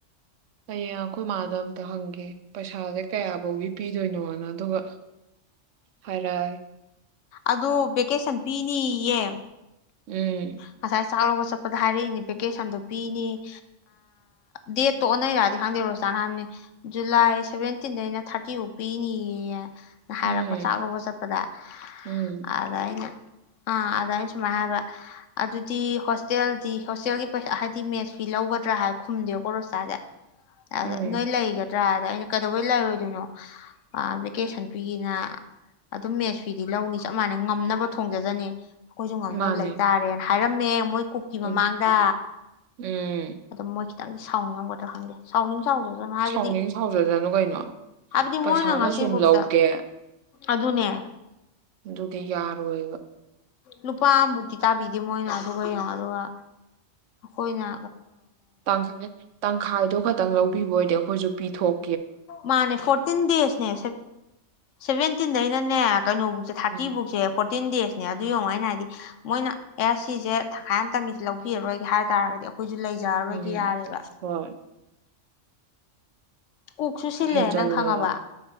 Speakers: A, on the right; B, on the left.
A: ꯀꯩ ꯑꯩꯈꯣꯏ ꯃꯥꯙꯕ ꯍꯪꯒꯦ ꯄꯩꯁꯥꯁꯦ ꯀꯌꯥ ꯐꯧꯒꯤ ꯄꯤ ꯀꯗꯩꯅꯣꯅ ꯑꯗꯨꯒ ꯍꯔꯣꯏ
B: ꯑꯗꯨ ꯚꯦꯀꯦꯁꯟ ꯄꯤꯅꯤꯌꯦ
A: ꯎꯝ
B: ꯉꯁꯥꯏ ꯆꯥꯛ ꯂꯧꯕ ꯆꯠꯄꯗ ꯍꯥꯏꯔꯛꯏꯅꯦ ꯚꯦꯀꯦꯁꯟꯗꯣ ꯄꯤꯅꯤ ꯗꯦꯠꯇꯣ ꯑꯣꯟꯅꯩꯔꯗꯤ ꯈꯪꯗꯦꯔꯣ ꯆꯖꯥ ꯅꯍꯥꯟꯅꯦ ꯖꯨꯂꯥꯏ ꯁꯚꯦꯟꯇꯤꯟꯗꯩꯅ ꯊꯥꯔꯇꯤꯐꯧ ꯄꯤꯅꯤꯌꯦ ꯍꯥꯏꯔꯛꯄ
A: ꯎꯝ
B: ꯆꯥꯛ ꯂꯧꯕ ꯆꯠꯄꯗ
A: ꯎꯝ
B: ꯑꯗ ꯑꯩꯅ ꯑ ꯑꯅ ꯆꯨꯝꯃ ꯍꯥꯏꯕ ꯑꯗꯨꯗꯤ ꯍꯣꯁꯇꯦꯜꯗꯤ ꯍꯣꯁꯇꯦꯜꯒꯤ ꯄꯩꯁꯥ ꯍꯥꯏꯗꯤ ꯃꯦꯠꯁ ꯐꯤ ꯂꯧꯒꯗ꯭ꯔꯥ ꯍꯥꯏ ꯈꯨꯝꯗꯦꯕꯀꯣ ꯔꯣꯁꯥꯁꯦ ꯑ
A: ꯎꯝ
B: ꯅꯣꯏ ꯏꯂ ꯍꯒꯦ ꯅꯠꯇ꯭ꯔꯥꯗ ꯑꯩꯅ ꯀꯩꯗꯧꯕꯩ ꯂꯩꯔꯣꯏꯗꯣꯏꯅꯣ ꯚꯦꯀꯦꯁꯟ ꯐꯤꯅ ꯑꯗꯨꯝ ꯃꯦꯠꯁ ꯐꯤꯗꯤ ꯂꯧꯅꯤ ꯆꯞ ꯃꯥꯟꯅꯩ ꯉꯝꯅꯕ ꯊꯣꯡꯖꯗꯅꯤ ꯑꯩꯣꯏꯁꯨꯣꯡ ꯉꯝꯅ
A: ꯃꯥꯅꯦ
B: ꯂ ꯂꯩ ꯍꯥꯏꯔꯝꯃꯦ ꯃꯣꯏ ꯀꯛꯀꯤ
A: ꯎꯝ
B: ꯃꯃꯥꯡꯗ
A: ꯎꯝ
B: ꯑꯗꯨꯝ ꯃꯣꯏ ꯈꯤꯇꯪꯗꯤ ꯁꯥꯎꯅꯤꯡꯉꯒꯗꯥ ꯈꯪꯗꯦ ꯁꯥꯎꯅꯤꯡ ꯁꯥꯎꯖꯁꯅꯨ ꯍꯥꯏꯕꯗꯤ
A: ꯁꯥꯎꯅꯤꯡ ꯁꯥꯎꯖꯗꯅꯨ ꯀꯩꯅꯣ
B: ꯍꯥꯏꯕꯗꯤ ꯃꯣꯏꯅ
A: ꯄꯩꯁꯥꯅ
B: ꯉꯁꯤꯕꯨꯛꯇ
A: ꯁꯨꯝ ꯂꯧꯒꯦ
B: ꯑꯗꯨꯅꯦ
A: ꯑꯗꯨꯗꯤ ꯌꯥꯔꯣꯏꯕ
B: ꯂꯨꯄꯥꯑꯕꯨꯒꯤ ꯇꯥꯕꯤꯗꯤ ꯃꯣꯏ ꯅ ꯑꯗꯨꯒ ꯌꯥꯗꯕ ꯍꯣꯏꯅ
A: ꯇꯥꯡ ꯇ ꯐꯥꯏꯗꯣ ꯈ ꯈꯤꯇ ꯂꯧꯕꯤꯕ ꯑꯣꯏꯗꯤ ꯑꯩꯈꯣꯏꯁꯨ ꯄꯤꯊꯣꯛ
B: ꯃꯥꯅꯦ ꯐꯣꯔꯇꯤꯟ ꯗꯦꯖꯅꯦ ꯁꯚꯦꯟ ꯇꯤꯟꯗꯩꯅ ꯅ ꯀꯩꯅꯣꯕꯨꯛꯁꯦ ꯊꯥꯔꯇ
A: ꯎꯝ
B: ꯕꯨꯛꯁꯦ ꯐꯣꯔ ꯐꯤꯞꯇꯤꯟ ꯗꯦꯖꯅꯦ ꯑꯗꯨ ꯌꯦꯡꯉ ꯑꯩꯅ ꯍꯥꯏꯗꯤ ꯃꯣꯏꯅ ꯑꯦ ꯁꯤꯁꯦ ꯊꯈꯥꯏ ꯑꯃꯇꯪꯒꯤꯁ ꯂꯧꯕꯤꯔꯔꯣꯏꯒꯦ ꯍꯥꯏ ꯇꯔꯒꯗꯤ ꯑꯩ ꯑꯩꯈꯣꯏꯁꯨ ꯂꯩꯖꯔꯔꯣꯏꯒ
A: ꯎꯝ
B: ꯌꯥꯔꯦꯕ
A: ꯍꯣꯏ
B: ꯀꯨꯛꯁꯨ ꯁꯤꯜꯂꯦ
A: ꯍꯦꯟꯖꯤꯜꯂꯦ
B: ꯅꯪ ꯈꯪꯉꯕ